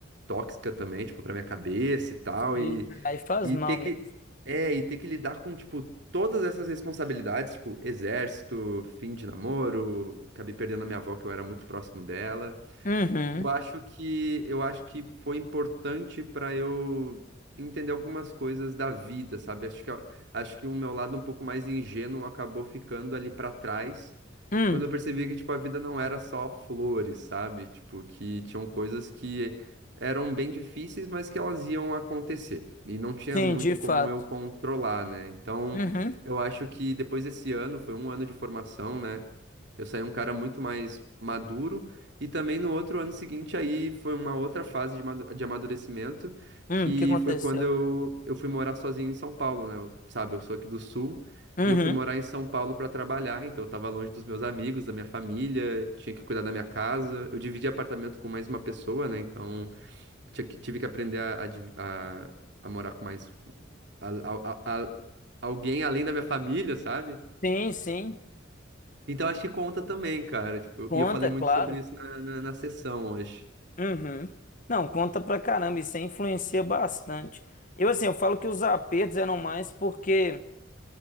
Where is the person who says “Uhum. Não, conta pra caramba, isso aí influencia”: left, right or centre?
Left